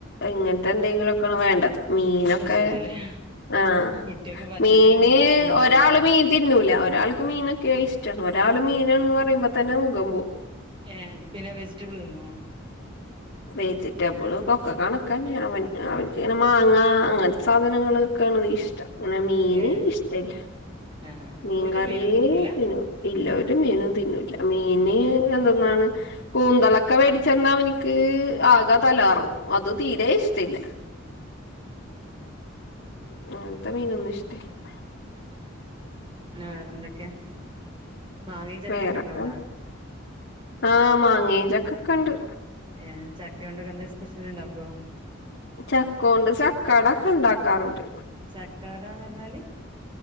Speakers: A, on the left; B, on the right.
A: ഇങ്ങൻത്തെന്തെങ്കിലൊക്കെണ് വേണ്ടത്. മീനൊക്കേ
B: സ്പെഷ്യലില്ലേ
A: ആഹ്‌,
B: കുട്ടികൾക്ക് പച്ചക്കറിയൊന്നും
A: മീന്
B: പറ്റലുണ്ടാവില്ല
A: ഒരാള് മീൻ തിന്നൂല, ഒരാൾക്ക് മീനൊക്കെയിഷ്ടാണ്. ഒരാള് മീനാണ്ന്ന് പറയുമ്പോതന്നെ മുഖം പോവും.
B: ഏഹ്, പിന്നെ വെജിറ്റബിള് തിന്നോ?
A: വെജിറ്റബിള്പൊക്കെ കണക്കന്നെ അവൻ അവൻക്കിങ്ങനെ മാങ്ങ അങ്ങൻത്തെ സാധനങ്ങള് ക്കണത് ഇഷ്ടം. ങ്ങനെ മീന്
B: ഏ
A: ഇഷ്ട്ടല്ല്യ.
B: ആഹ്
A: മീൻ
B: ഒരു
A: കറിയേ
B: മീനും കൂട്ടൂല
A: പിന്നോ ഇല്ല ഒരു മീനും തിന്നുല്ല. മീന് എന്തൊന്നാണ് കൂന്തള ക്ക വേടിച്ചെന്ന അവനിക്ക് ആകെ തല കറങ്ങും അത് തീരെ ഇഷ്ടല്ല. അങ്ങൻത്തെ മീനൊന്നും ഇഷ്ടല്ല്യ.
B: പിന്നെ വേറെ എന്തൊക്കെയാ, മാങ്ങയും ചക്കൊക്കെണ്ടോ
A: വേറെപ്പ
B: അവടാ.
A: ആഹ് മാങ്ങേം, ചക്കൊക്കെണ്ട്.
B: ഏഹ്, ചക്കയൊണ്ടൊക്കെ എന്തേ സ്പെഷ്യല്ണ്ടാക്കോ?
A: ചക്കോണ്ട് ചക്കടക്കെണ്ടാക്കാറുണ്ട്.
B: ചക്കാടാന്നർഞ്ഞാല്.